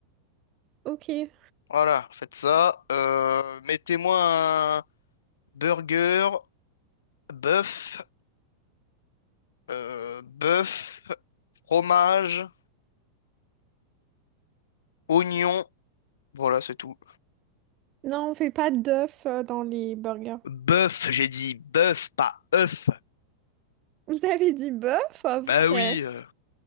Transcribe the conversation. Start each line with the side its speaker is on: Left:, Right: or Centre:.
Right: Ok.
Left: Voilà, faites ça. Euh, mettez-moi un burger, bœuf, euh, bœuf, fromage, oignon. Voilà, c'est tout.
Right: Non, on fait pas d'œufs euh, dans les burgers.
Left: Bœuf, j'ai dit bœuf, pas œuf.
Right: Vous avez dit bœuf après?
Left: Bah oui. euh.